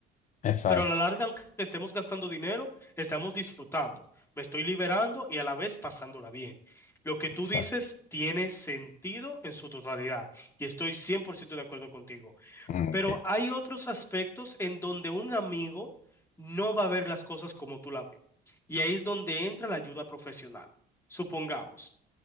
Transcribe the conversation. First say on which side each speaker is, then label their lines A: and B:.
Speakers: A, on the left; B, on the left.
A: exacto,
B: Pero a la larga, aunque estemos gastando dinero, estamos disfrutando. Me estoy liberando y a la vez pasándola bien. Lo que tú
A: exacto.
B: dices tiene sentido en su totalidad y estoy 100% de acuerdo contigo.
A: Mm,
B: Pero
A: Ok.
B: hay otros aspectos en donde un amigo no va a ver las cosas como tú la ves. Y ahí es donde entra la ayuda profesional. Supongamos,